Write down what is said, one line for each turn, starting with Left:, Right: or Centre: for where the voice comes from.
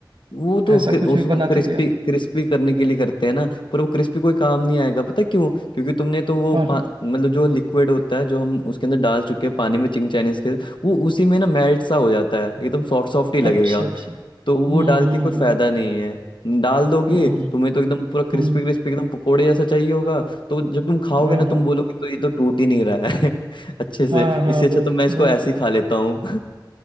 Left: वो तो
Right: ऐसा
Left: क्रि-
Right: कुछ
Left: उसको
Right: भी बनाते
Left: क्रिस्पी
Right: क्या
Left: क्रिस्पी करने के लिए करते हैं ना पर वो क्रिस्पी कोई काम नहीं आएगा पता है क्यों क्योंकि तुमने तो वो
Right: हाँ
Left: पा-
Right: हाँ
Left: मतलब जो लिक्विड होता है जो हम उसके अंदर डाल चुके हैं पानी में चिंग चाइनीज के वो उसी में ना मेल्ट सा हो जाता है एकदम सॉफ्ट सॉफ्ट ही लगेगा
Right: अच्छा अच्छा
Left: तो
Right: हम्म
Left: वो डाल के
Right: हम्म
Left: कोई फायदा
Right: हम्म
Left: नहीं है डाल दोगे
Right: हम्म हम्म,
Left: तुम्हें तो एकदम पूरा क्रिस्पी
Right: हम्म।
Left: क्रिस्पी एकदम पकोड़े जैसा चाहिए होगा तो जब तुम खाओगे
Right: हाँ
Left: ना तुम
Right: हाँ
Left: बोलोगे तो ये तो टूट ही नहीं रहा है <laughs> अच्छे से
Right: हाँ हाँ
Left: इससे अच्छा
Right: वो
Left: तो मैं इसको
Right: वो
Left: ऐसे ही खा लेता हूँ <laughs>